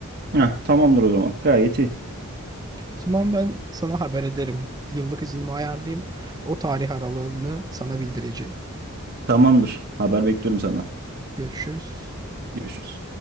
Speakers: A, on the right; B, on the right.
A: Heh, tamamdır o zaman. Gayet iyi.
B: O zaman ben sana haber ederim. Yıllık iznimi ayarlayayım. O tarih aralığını sana bildireceğim.
A: Tamamdır. Haber bekliyorum senden.
B: Görüşürüz.
A: Görüşürüz.